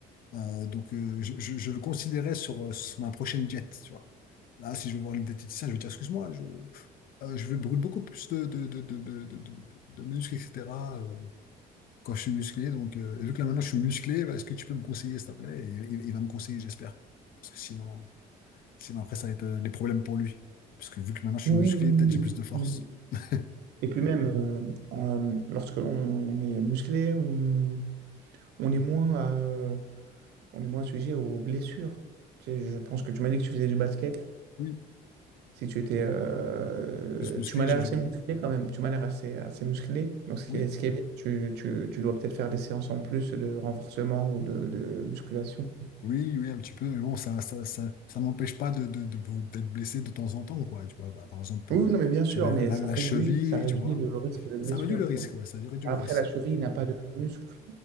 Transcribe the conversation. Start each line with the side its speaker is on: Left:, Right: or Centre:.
Left: Euh, donc, euh, je, je- je le considérais sur, euh, sur ma prochaine diète, tu vois. Là, si je vais voir une diététicienne, je vais dire, excuse-moi, je, euh, je vais brûler beaucoup plus de, de, de, de, de, de- de- de muscles, etc. quand je suis musclé. Donc, euh, et vu que là maintenant je suis musclé, bah, est-ce que tu peux me conseiller, s'il te plaît? Et, il il va me conseiller, j'espère. Parce que sinon, sinon après, ça va être euh, les problèmes pour lui. Parce que vu que maintenant je
Right: Oui,
Left: suis musclé,
Right: oui, oui,
Left: peut-être j'ai plus
Right: effectivement.
Left: de force. <laughs>
Right: Et puis même, euh, en- lorsque l'on est musclé, on, on est moins à- on est moins sujet aux blessures. Tu sais, je pense que tu m'as dit que tu faisais du basket.
Left: Oui,
Right: Si tu étais,
Left: oui.
Right: euh,
Left: Plus musclé,
Right: tu m'as l'air
Left: je, je-
Right: assez musclé quand même. Tu m'as l'air assez, assez musclé. Donc ce
Left: Oui,
Right: qui est, ce qui est bien, tu, tu- tu dois peut-être faire des séances en plus de renforcement ou de, de musculation.
Left: oui, oui, un petit peu. Mais bon, ça, ça, ça, ça n'empêche pas de, de, de- d'être blessé de temps en temps, quoi. Tu vois, Bah, par exemple,
Right: Oui,
Left: euh,
Right: non, mais bien sûr,
Left: j'avais
Right: mais
Left: la,
Right: ça
Left: la
Right: réduit,
Left: cheville,
Right: ça réduit
Left: tu vois.
Right: le risque de blessure,
Left: Ça réduit le risque,
Right: quoi.
Left: ouais, ça réduit
Right: Après,
Left: le risque.
Right: la cheville n'a pas de muscle.